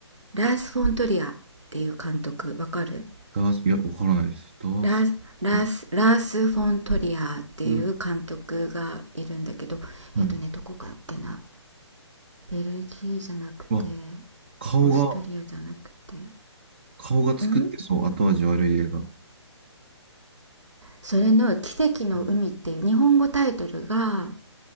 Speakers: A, on the right; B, on the right.
A: ラース・フォントリアっていう監督わかる
B: ダース、いや、わからないです。ダース、
A: ラースラース・
B: トリ
A: ラースフォントリアっていう監督がいるんだけどえっとねどこかっけな
B: ス、はい。
A: ベルギーじゃなくて
B: わ、顔が、
A: オーストリアじゃなくて
B: 顔が作ってそう、
A: ん
B: 後味悪い映画。う
A: それの「奇跡の海」っていう日本語タイトルが
B: ん